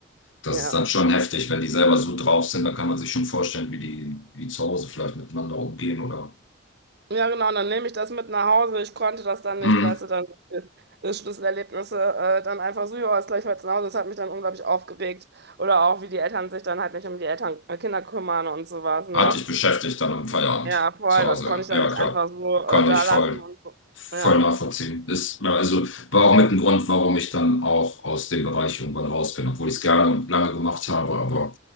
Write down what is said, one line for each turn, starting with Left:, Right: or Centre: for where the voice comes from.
Left: Das
Right: Ja.
Left: ist dann schon heftig, wenn die selber so drauf sind, dann kann man sich schon vorstellen, wie die, wie die zu Hause vielleicht miteinander umgehen oder.
Right: Ja, genau, und dann nehme ich das mit nach Hause. Ich konnte das dann
Left: Mhm.
Right: nicht, weißt du, dann äh, Schlüsselerlebnisse äh, dann einfach so, ja, ist gleich heute nach Hause. Das hat mich dann unglaublich aufgeregt. Oder auch, wie die Eltern sich dann halt nicht um die Eltern, äh, Kinder kümmern und sowas, ne?
Left: Hat dich beschäftigt dann am Feierabend
Right: Ja, voll,
Left: zu Hause.
Right: das konnte ich dann
Left: Ja,
Right: nicht
Left: klar.
Right: einfach so
Left: Kann
Right: äh, da
Left: ich
Right: lassen
Left: voll,
Right: und so.
Left: voll
Right: Ja.
Left: nachvollziehen. Ist, ja, also war auch mit ein Grund, warum ich dann auch aus dem Bereich irgendwann raus bin, obwohl ich es gerne und lange gemacht habe. Aber